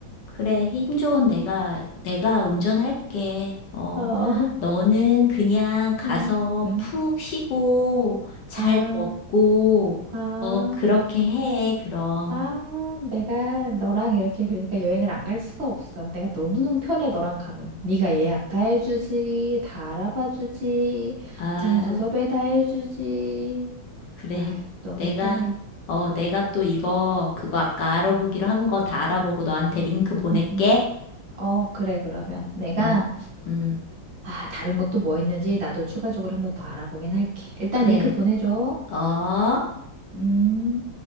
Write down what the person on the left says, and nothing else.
그래. 힘 좋은 내가, 내가 운전할게. 어,
너는 그냥 가서
푹 쉬고 잘
먹고,
어, 그렇게 해, 그럼.
아.
그래.
내가,
어, 내가 또 이거, 그거 아까 알아보기로 한 거 다 알아보고 너한테 링크 보낼게.
음, 음,
그래.
어?